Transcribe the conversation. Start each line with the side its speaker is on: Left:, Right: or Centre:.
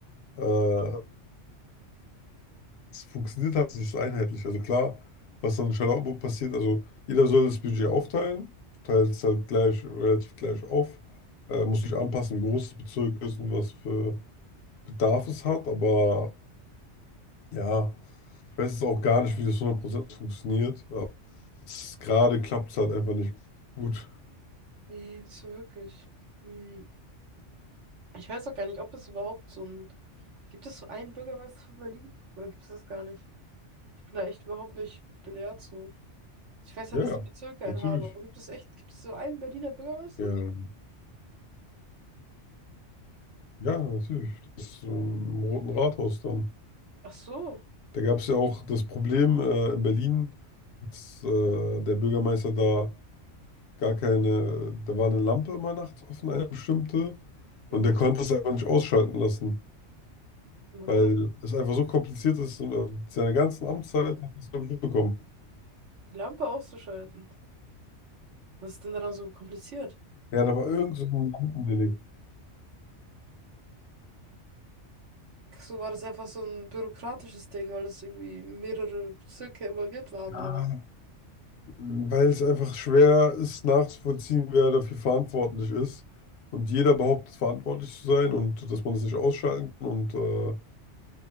Left: äh, es funktioniert halt nicht so einheitlich. Also klar, was dann in Charlottenburg passiert, also jeder soll das Budget aufteilen, teilt es halt gleich, relativ gleich auf, äh, muss sich anpassen, wie groß das Bezirk ist und was für Bedarf es hat, aber ja, ich weiß jetzt auch gar nicht, wie das 100% funktioniert, aber es- gerade klappt es halt einfach nicht gut.
Right: Nee, nicht so wirklich. Hm. Ich weiß auch gar nicht, ob es überhaupt so ein. Gibt es so einen Bürgermeister von Berlin? Oder gibt es das gar nicht? Ich bin da echt überhaupt nicht belehrt so. Ich weiß
Left: Ja,
Right: halt, dass
Left: ja,
Right: die Bezirke
Left: natürlich.
Right: einen haben, aber gibt es echt, gibt es so einen Berliner Bürgermeister?
Left: Ja, Ja, natürlich. Das ähm, im Roten Rathaus dann.
Right: Ach so.
Left: Da gab es ja auch das Problem äh, in Berlin, dass äh, der Bürgermeister da gar keine, da war eine Lampe immer nachts offen, eine bestimmte,
Right: Mhm.
Left: und der konnte es einfach nicht ausschalten lassen,
Right: Warum
Left: weil
Right: denn?
Left: es einfach so kompliziert ist. Und, äh, seine ganzen Amtszeit hat er es, glaube ich, nicht bekommen.
Right: Die Lampe auszuschalten. Was ist denn daran so kompliziert?
Left: Ja, da war irgend so ein Lampendelikt.
Right: Ach So war das einfach so ein bürokratisches Ding, weil das irgendwie mehrere Bezirke involviert waren,
Left: Ja,
Right: oder was?
Left: Weil es einfach schwer ist nachzuvollziehen, wer dafür verantwortlich ist. Und jeder behauptet, verantwortlich zu sein und dass man das nicht ausschalten kann. Und äh,